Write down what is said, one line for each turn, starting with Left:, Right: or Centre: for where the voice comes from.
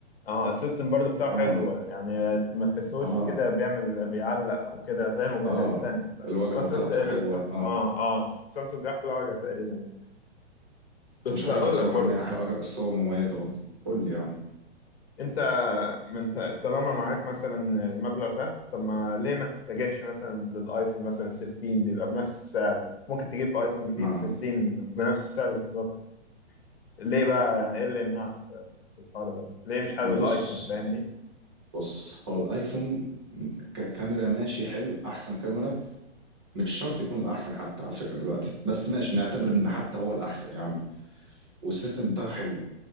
Left: اه السيستم برضو بتاعه
Right: اه
Left: حلو يعني ما تحسوش
Right: اه
Left: كده بيعمل بيعلق او كده زي الموبايلات
Right: اه
Left: التانية ف...
Right: الواجهة
Left: هو السيستم
Right: بتاعته
Left: السام...
Right: حلوة اه
Left: اه اه سامسونج احلى واجهة تقريبا بس
Right: مش عارف
Left: هقول
Right: صراحة
Left: لك برضو
Right: أنهي أحلى حاجة بس هو مميزة برضه قول لي يا عم
Left: انت ما انت طالما معاك مثلا المبلغ ده طب ما ليه ما تتجهش مثلا للايفون مثلا 13 بيبقى بنفس السعر ممكن تجيب ايفون جديد
Right: ما
Left: 13 بنفس السعر بالظبط ليه بقى يعني ايه اللي يمنعك في الحوار ده ليه مش حابب
Right: أنا
Left: الايفون
Right: بص
Left: فاهمني
Right: بص هو الأيفون ككاميرا ماشي حلو أحسن كاميرا مش شرط يكون الأحسن حتى على فكرة دلوقتي بس ماشي نعتبر إن حتى هو الأحسن يا عم والسيستم بتاعه حلو